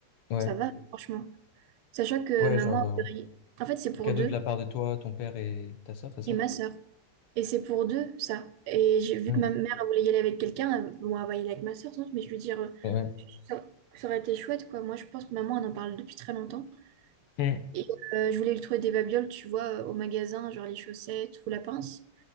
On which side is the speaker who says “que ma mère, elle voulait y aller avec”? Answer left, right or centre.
Right